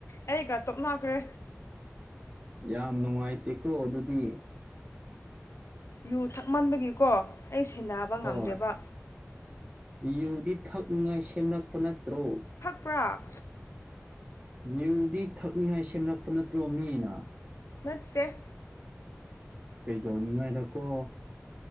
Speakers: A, on the left; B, on the right.
A: ꯑꯩꯒ ꯇꯣꯞ ꯃꯈ꯭ꯔꯦ
B: ꯌꯥꯝ ꯅꯨꯡꯉꯥꯏꯇꯦꯀꯣ ꯑꯗꯨꯗꯤ
A: ꯌꯨ ꯊꯛꯃꯟꯕꯒꯤꯀꯣ ꯑꯩ ꯁꯦꯟꯅꯕ
B: ꯍꯣꯏ
A: ꯉꯝꯗ꯭ꯔꯦꯕ
B: ꯌꯨꯗꯤ ꯊꯛꯅꯤꯉꯥꯏ ꯁꯦꯝꯂꯛꯄ ꯅꯠꯇ꯭ꯔꯣ
A: ꯄꯨ꯭ꯔꯥ
B: ꯌꯨꯗꯤ ꯊꯛꯅꯤꯉꯥꯏ ꯁꯦꯝꯂꯛꯄ ꯅꯠꯇ꯭ꯔꯣ ꯃꯤꯅ
A: ꯠꯇꯦꯛ
B: ꯀꯩ ꯇꯧꯅꯤꯡꯉꯥꯏꯔꯀꯣ